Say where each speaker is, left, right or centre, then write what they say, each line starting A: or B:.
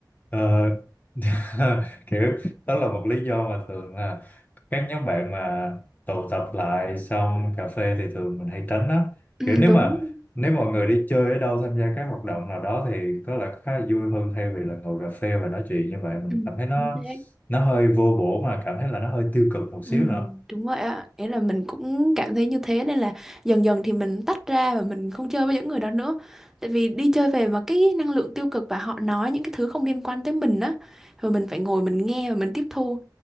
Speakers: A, on the left; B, in the centre.
A: ờ, <laughs> kiểu đó là một lý do mà thường là các nhóm bạn mà tụ tập lại xong cà phê thì thường mình hay tránh á
B: ừ,
A: kiểu nếu
B: đúng
A: mà nếu mọi người đi chơi ở đâu tham gia các hoạt động nào đó thì có là khá là vui hơn thay vì là ngồi cà phê và nói chuyện như vậy mình
B: ừ,
A: cảm thấy nó
B: đúng thế
A: nó hơi vô bổ mà cảm thấy là nó hơi tiêu cực một xíu
B: Ừ,
A: nữa
B: đúng vậy ạ. nghĩa là mình cũng cảm thấy như thế nên là dần dần thì mình tách ra và mình không chơi với những người đó nữa. Tại vì đi chơi về mà cái năng lượng tiêu cực và họ nói những cái thứ không liên quan tới mình á, rồi mình phải ngồi mình nghe và mình tiếp thu.